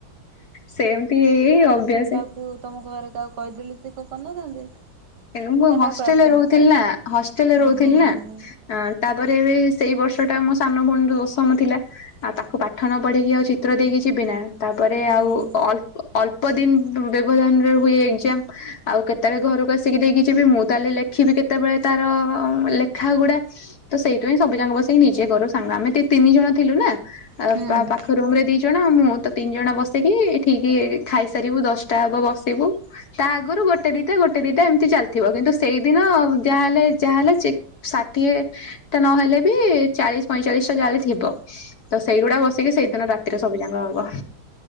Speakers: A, on the left; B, on the right.
A: ସେମିତି ହେଇ ହେଇ ଅଭ୍ୟାସ
B: କୁ ତମ ଘରେ କାହାକୁ କହିଦେଲିି ସେ କ କରିନଥାନ୍ତେ।
A: ଏ ମୁଁ
B: ନା
A: ହଷ୍ଟେଲରେ
B: କାହାକୁ ଆସେନା
A: ରହୁଥିଲି ନା ହଷ୍ଟେଲରେ ରହୁଥିଲି
B: ଓହୋ
A: ନା।
B: ହୋ ହୋ
A: ଆଁ ତାପରେ ଏବେ ସେଇ ବର୍ଷଟା ମୋ ସାନ ଭଉଣୀର ଦଶମ ଥିଲା। ଆଉ ତାକୁ ପାଠ ନ ପଢିକି ଆଉ ଚିତ୍ର ଦେଇକି ଯିବି ନା ତାପରେ
B: ହଁ
A: ଆଉ
B: ହଁ
A: ଅଳ୍ପ ଅଳ୍ପ ଦିନ ବ୍ୟବଧାନରେ ହୁଏ ଏକଜାମ। ଆଉ କେତେବେଳେ ଘରକୁ ଆସ ଆସିକି ଦେଇକି ଯିବି ମୁଁ ତାହେଲେ ଲେଖିବି କେତେବେଳେ ତାର ଲେଖା ଗୁଡା? ତ ସେଇଥିପାଇଁ ସବୁଜାକ ବସିକି ନିଜେ କରୁ ସାଙ୍ଗ। ଆମେ ତି ତିନି ଜଣ ଥିଲୁ ନା
B: ହୁଁ।
A: ପାଖ ରୁମରେ ଦି ଦୁ ଜଣ ମୁଁ ତ ତିନି ଜଣ ବସିକି ଠିକ ଖାଇସାରିବୁ ଦଶଟା ହବ ବସିବୁ। ତା ଆଗରୁ ଗୋଟେ ଦିଟା ଗୋଟେ ଦିଟା ଏମ ତି ଚାଲିଥିବ। କିନ୍ତୁ ସେଇଦିନ ଯାହାହେଲେ ଯାହାହେଲେ ଚି ଷାଠିଏ ତ ନହେଲେ ବି ଚାଳିଶି ପଇଁଚାଳିଶି ଟା ଯାହାହେଲେଥିବ। ତ ସେଇଗୁଡା ବସିକି ସେଇଦିନ ରାତିରେ ସବୁ ଯାଙ୍କ ହବ।